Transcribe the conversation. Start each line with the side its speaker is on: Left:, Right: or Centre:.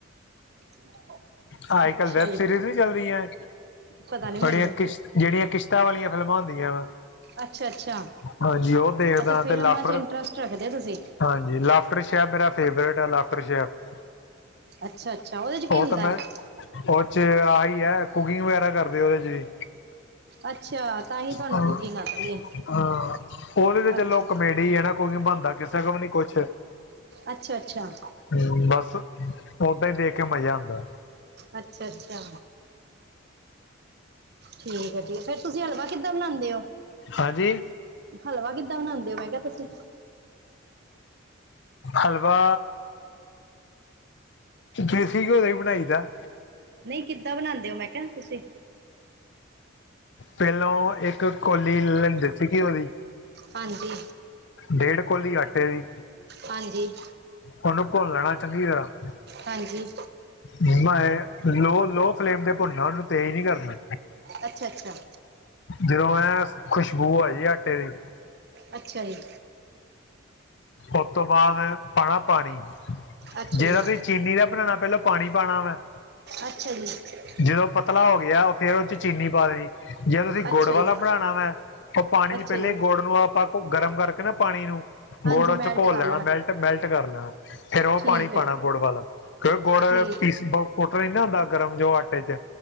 Right: <inaudible>
Left: ਹਾ, ਅੱਜ
Right: ਅੱਛਾ
Left: ਕੱਲ ਵੈਬ
Right: ਜੀ
Left: ਸੀਰੀਜ ਵੀ ਚੱਲਦੀਆਂ
Right: ਪਤਾ ਨਹੀਂ
Left: ਬੜੀਆਂ
Right: ਮੈਨੂੰ
Left: ਕਿਸ਼ਤ ਜਿਹੜੀਆਂ ਕਿਸ਼ਤ। ਇਟਾਂ ਵਾਲੀਆਂ ਫਿਲਮਾਂ ਹੁੰਦੀਆਂ।
Right: ਅੱਛਾ, ਅੱਛਾ।
Left: ਹਾਂਜੀ, ਉਹ ਦੇਖਦਾ
Right: ਅੱਛਾ ਫਿਲਮਾਂ
Left: ਤੇ ਲਾਫਟਰ
Right: 'ਚ ਇੰਟਰਸਟ ਰੱਖਦੇ ਹੋ ਤੁਸੀਂ
Left: ਹਾਂਜੀ, ਲਾਫਟਰ ਸ਼ੈਫ ਮੇਰਾ ਫੇਵਰੇਟ ਹੈ ਲਾਫਟਰ ਸੈ਼ਫ।
Right: ਅੱਛਾ, ਅੱਛਾ, ਉਹਦੇ ਚ ਕੀ ਹੁੰਦਾ
Left: ਤਾਂ ਮੈਂ
Right: ਹੈ।
Left: ਉਹ ਚ ਆਈ ਹੈ, ਕੁਕਿੰਗ ਵਗੈਰਾ ਕਰਦੇ ਉਹਦੇ ਚ ਵੀੱ।
Right: ਅੱਛਾ। ਤਾਂ ਹੀ ਤੁਹਾਨੂੰ
Left: ਹਾਂ
Right: ਕੁਕਿੰਗ ਆਉਂਦੀ ਹੈ
Left: ਉਹਦੇ ਤੇ
Right: ਅੱਛਾ
Left: ਚਲੋ ਕਾਮੇਡੀ ਹੈ ਨਾ। ਉਹ ਕੇ ਬਣਦਾ ਕਿਸੇ ਕੋਲ ਨੀ ਕੁਛ।
Right: ਅੱਛਾ, ਅੱਛਾ।
Left: ਹੂਉੰ ਬਸ, ਔਦਾਂ ਹੀ ਦੇਖ ਕੇ ਮਜ਼ਾ ਆਂਦਾ।
Right: ਅੱਛਾ, ਅੱਛਾ। ਠੀਕ ਹੈ ਠੀਕ ਹੈ, ਤੁਸੀਂ ਹਲਵਾ ਕਿੱਦਾਂ ਬਣਾਉਦੇ ਹੋ।
Left: ਹਾਂਜੀ।
Right: ਹਲਵਾ ਕਿੱਦਾਂ ਬਣਾਉਂਦੇ ਹੋ, ਮੈਂ ਕਿਹਾ ਤੁਸੀਂ।
Left: ਹੱਲਵਾ। ਦੇਸੀ ਘਿਉ ਦਾ ਈ ਬਣਾਈਦਾ।
Right: ਨਹੀਂ ਕਿੱਦਾਂ ਬਣਾਉਂਦੇ ਹੋ ਮੈਂ ਕਿਹਾ ਤੁਸੀਂ।
Left: ਪਹਿਲੋ ਇਕ ਕੋਲੀ ਲੈ ਲਵੇ ਦੇਸੀ ਘਿਉ ਦੀ।
Right: ਹਾਂਜੀ।
Left: ਡੇਢ ਕੋਲੀ ਆਟੇ ਦੀ।
Right: ਹਾਂਜੀ,
Left: ਉਹਨੂੰ ਭੁੱਨ ਲੈਣਾ ਚੰਗੀ ਤਰ੍ਹਾਂ।
Right: ਹਾਂਜੀ।
Left: ਭੂੰਨਣਾ ਏ, ਲੋਹ ਫਲੇਮ ਤੇ ਭੁੰਨਣਾ ਉਹਨੂੰ ਤੇਜ਼ ਨਹੀਂ ਕਰਨਾ।
Right: ਅੱਛਾ, ਅੱਛਾ।
Left: ਜਦੋਂ ਐ ਖੁਸ਼ਬੂ ਆ ਜਾਏ ਆਟੇ ਦੀ।
Right: ਅੱਛਾ ਜੀ।
Left: ਉਸ ਤੋਂ ਬਾਅਦ ਪਾਣਾ ਪਾਣੀ,
Right: ਅੱਛਾ
Left: ਜਿਹੜਾ
Right: ਜੀ
Left: ਵੀ ਚੀਨੀ ਦਾ ਬਣਾਉਣਾ ਪਹਿਲਾਂ ਪਾਣੀ ਪਾਉਣਾ ਵੈਂ-
Right: ਅੱਛਾ ਜੀ-
Left: ਜੇ ਔ ਪਤਲਾ ਹੋ ਗਿਆ ਉਹ ਫੇਰ ਉਹ ਚ ਚੀਨੀ ਪਾ ਦੇਣੀ- ਜੇ ਤੁਸੀ
Right: ਅੱਛਾ
Left: ਗੁੜ ਵਾਲਾ
Right: ਜੀ
Left: ਬਣਾਉਣਾ ਵੈਂ, ਉਹ ਪਾਣੀ
Right: ਅੱਛਾ
Left: ਪਹਿਲਾਂ
Right: ਜੀ
Left: ਹੀ ਗੁੜ ਨੂੰ ਆਪਾ ਗਰਮ ਕਰਕੇ ਨਾ ਪਾਣੀ ਨੂੰ
Right: ਹਾਂਜੀ
Left: ਗੁੜ 'ਚ
Right: ਮੈਲਟ
Left: ਘੋਲ
Right: ਕਰ
Left: ਲੈਣਾ ਮੈਲਟ ਮੈਲਟ ਕਰ ਲੈਣਾ ਫੇਰ ਉਹ
Right: ਠੀਕ
Left: ਪਾਣੀ
Right: ਹੈ
Left: ਪਾਉਣਾ ਗੁੜ ਵਾਲਾ ਕਿਉ ਗੁੜ
Right: ਠੀਕ
Left: ਪੀਸਲੋ ਕੁੱਟਣ ਨਾ ਹੁੰਦਾ ਗਰਮ ਜੋ ਆਟੇ 'ਚ,